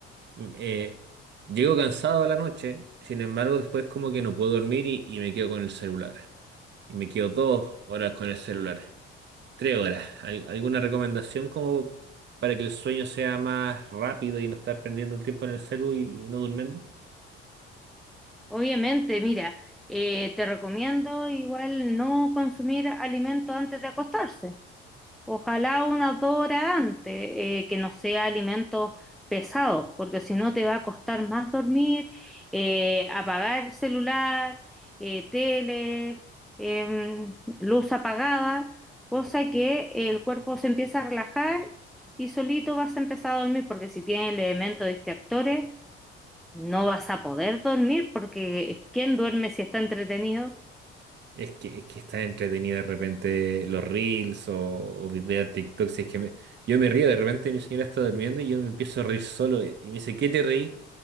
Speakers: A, on the right; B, in the centre.
A: mm, eh, llego cansado a la noche, sin embargo después como que no puedo dormir y, y me quedo con el celular. Y me quedo dos horas con el celular, tres horas. ¿Al- ¿Alguna recomendación como para que el sueño sea más rápido y no estar perdiendo el tiempo en el celu y, y no durmiendo?
B: Obviamente, mira, eh, te recomiendo igual no consumir alimentos antes de acostarse. Ojalá unas dos horas antes, eh, que no sea alimentos pesados, porque si no te va a costar más dormir, eh, apagar celular, eh, tele, em, luz apagada, cosa que el cuerpo se empieza a relajar y solito vas a empezar a dormir, porque si tienes el elemento de distractores, no vas a poder dormir, porque ¿quién duerme si está entretenido?
A: Es que, es que está entretenido de repente los reels o, o videos de TikTok. Si es que me- yo me río, de repente mi señora está durmiendo y yo me empiezo a reír solo. Y me dice, ¿qué te reí?